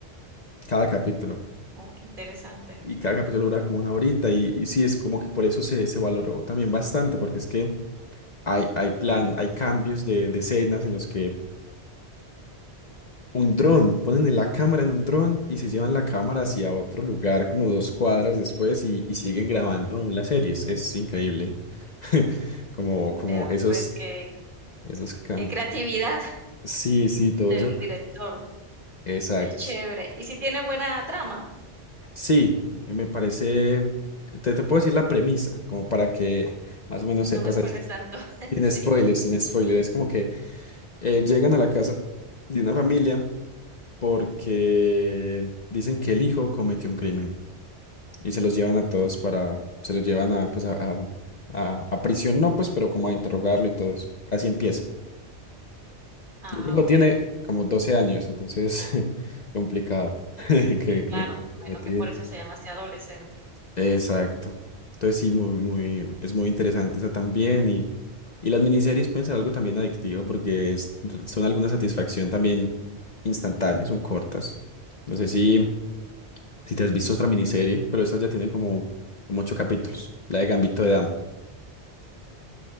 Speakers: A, on the left; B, on the right.
A: cada capítulo,
B: Oh, qué interesante.
A: y cada capítulo dura como una horita, y, y sí, es como que por eso se, se valoró también bastante, porque es que hay, hay plan, hay cambios de, de escenas en los que un dron, ponen la cámara en un dron y se llevan la cámara hacia otro lugar como dos cuadras después y, y siguen grabando aún la serie. Es, es increíble. <laughs> Como, como
B: Vea,
A: esos,
B: pues qué
A: esos cambios.
B: qué creatividad <laughs>
A: Sí, sí, todo
B: del
A: eso.
B: director,
A: Exacto.
B: qué chévere.
A: Sí,
B: ¿Y si tiene buena trama?
A: Sí, me parece. Te, te puedo decir la premisa, como para que más o menos
B: No
A: sepas.
B: me spoiler
A: ahí sí,
B: tanto, <laughs>
A: Sin
B: sí.
A: spoiler, sin spoiler. Es como que eh, llegan a la casa de una familia porque dicen que el hijo cometió un crimen. y se los llevan a todos para, se los llevan a, pues, a, a- a- a prisión, no, pues, pero como a interrogarlo y todo eso. Así empieza.
B: Ah,
A: Y el hijo
B: okey,
A: tiene como 12 años, entonces, <laughs> complicado. <laughs> Que
B: claro,
A: crimen han
B: me imagino
A: cometido.
B: que por eso se llama así adolescente.
A: Exacto. Entonces sí, muy, muy, es muy interesante esa también y, y las miniseries pueden ser algo también adictivo porque es- son alguna satisfacción también instantánea, son cortas. No sé si, si te has visto otra miniserie, pero estas ya tienen como, como ocho capítulos. La de Gambito de Dama.